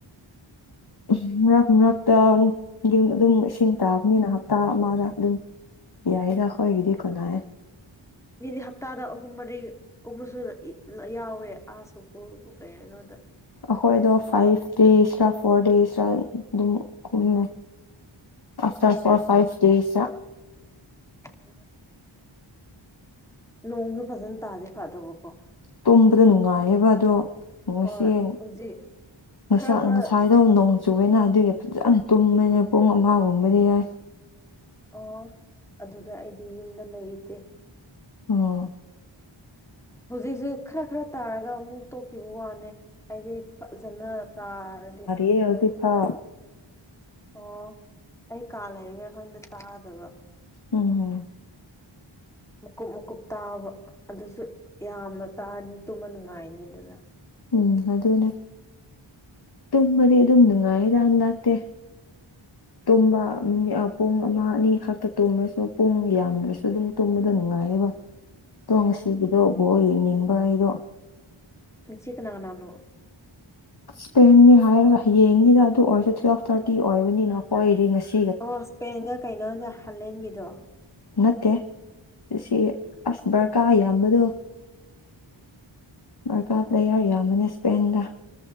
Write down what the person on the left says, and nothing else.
ꯎ ꯃꯔꯛ ꯃꯔꯛꯇ ꯑꯗꯨꯝ ꯏꯁꯤꯡ ꯇꯥꯕꯅꯤꯅ ꯍꯞꯇꯥ ꯑꯃꯗ ꯑꯗꯨꯝ ꯌꯥꯏꯗ ꯍꯣꯒꯗꯤ ꯀꯣꯅꯥꯦ
ꯑꯩꯈꯣꯏꯗꯣ ꯐꯥꯏꯚ ꯗꯦꯁꯇꯔꯥ ꯐꯣꯔ ꯗꯦꯁꯇꯔꯥ ꯑꯗꯨꯝ ꯀꯨꯝꯃꯦ ꯑꯁ
ꯐꯥꯏꯚ ꯗꯦꯁ
ꯇꯨꯝꯕꯗ ꯅꯨꯡꯉꯥꯏꯌꯦꯕ ꯑꯗꯣ ꯉꯁ
ꯉꯁ
ꯉꯁꯥꯏ ꯑꯗꯨꯝ ꯅꯣꯡ ꯆꯨꯕꯅ ꯑꯗꯨꯒꯤ ꯐꯖꯅ ꯇꯨꯝꯕꯅꯦ ꯄꯨꯡ ꯑꯃꯒꯨꯝꯕꯗꯤ ꯌꯥꯏ
ꯑꯣ
ꯑꯦ ꯍꯧꯖꯤꯐꯥꯎ
ꯎꯝ ꯍꯝ
ꯎꯝ ꯑꯗꯨꯅꯦ ꯇꯨꯝꯕꯗꯤ ꯑꯗꯨꯝ ꯅꯨꯡꯉꯥꯏꯗꯥ ꯅꯠꯇꯦ ꯇꯨꯝꯕ ꯄꯨꯡ ꯑꯃ ꯑꯅꯤ ꯈꯛꯇ ꯇꯨꯝ꯭ꯔꯁꯨ ꯄꯨꯡ ꯌꯥꯝꯅꯁꯨ ꯑꯗꯨꯝ ꯇꯨꯝꯕꯗ ꯅꯨꯡꯉꯥꯏꯌꯦꯕ ꯇꯣꯡꯁꯤꯕꯗꯣꯕꯣ
ꯌꯦꯡꯅꯤꯡꯕ ꯍꯥꯏꯗꯣ
ꯁꯄꯦꯟꯅꯤ ꯍꯥꯏꯔꯒ ꯌꯦꯡꯅꯤꯗ ꯑꯗꯨ ꯑꯣꯏꯔꯁꯨ ꯇꯨꯋꯜꯐ ꯊꯥꯔꯇꯤ ꯑꯣꯏꯕꯅꯤꯅ ꯍꯣꯏꯗꯤ ꯉꯁꯤ
ꯅꯠꯇꯦ ꯁꯤ ꯑꯁ ꯕꯔꯀꯥꯔ ꯌꯥꯝꯕꯗꯣ ꯔꯀꯥ
ꯄ꯭ꯂꯦꯌꯥꯔ ꯌꯥꯝꯕꯅꯦ ꯏꯁꯄꯦꯟꯗ